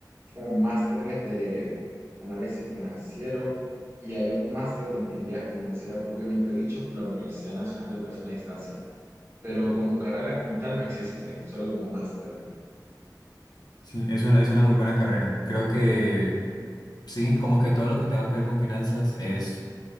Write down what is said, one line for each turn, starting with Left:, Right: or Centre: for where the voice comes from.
Right: como másteres de análisis financiero y hay un máster de ingeniería financiera propiamente dicho por la Universidad Nacional de Educación a Distancia. Pero como carrera como tal no existe, solo como máster.
Left: Sí, es una, es una muy buena carrera. Creo que sí, como que todo lo que tenga que ver con finanzas es